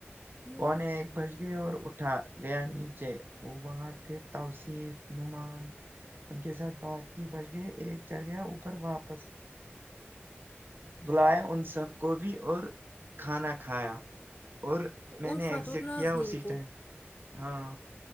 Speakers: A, on the left; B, on the right.
A: ہوں
B: پونے ایک بج گئے اور اٹھا گیا نیچے وہاں تھے توصیف نعمان ان کے ساتھ بات کی بچ گئے ایک چڑھ گیا اوپر واپس بلایا ان سب کو بھی اور کھانا کھایا اور میں
A: الفت
B: نے ایگزٹ
A: اور نازنین
B: کیا اسی
A: کو
B: ٹائم ہاں